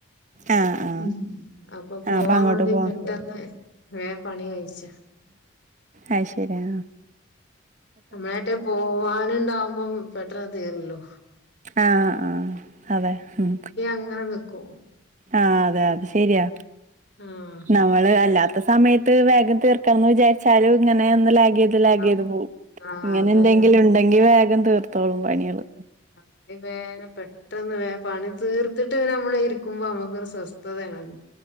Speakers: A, on the right; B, on the left.
A: ആ ആ
B: ഉം ഉം അപ്പോ പോവാൻ
A: ആ അപ്പൊ അങ്ങോട്ട്
B: വേണ്ടി
A: പോവാം
B: പെട്ടെന്ന് ഏഹ് പണി കഴിച്ച്
A: അയ്ശെരി ആഹ്
B: നമ്മളായിട്ട് പോവാനുണ്ടാവുമ്പോം പെട്ടെന്ന് തീരുല്ലോ
A: ആഹ് ആഹ് അതെ ഉം
B: ങ്ങനെ നിക്കു
A: ആഹ് അതെ അത് ശരിയാ
B: ആഹ്
A: നമ്മള് അല്ലാത്ത സമയത്ത് വേഗം തീർ ക്കാന്ന് വിചാരിച്ചാലും ഇങ്ങനെ ഒന്ന് ലാഗ് ചെയ്യ് ത് ലാഗേയ്യ്ത്
B: ആഹ്
A: പോം
B: ആഹ്
A: ഇങ്ങനെ
B: അതന്നെ
A: എന്തെങ്കിലും ഉണ്ടെങ്കി വേഗം തീർത്തോളും പണികള്
B: <unintelligible> പെട്ടെന്ന് വേ പണി തീർത്തിട്ട് പിന്നെ നമ്മള് ഇരിക്കുമ്പോ നമ്മുക്കൊരു സ്വസ്ഥതയാണ്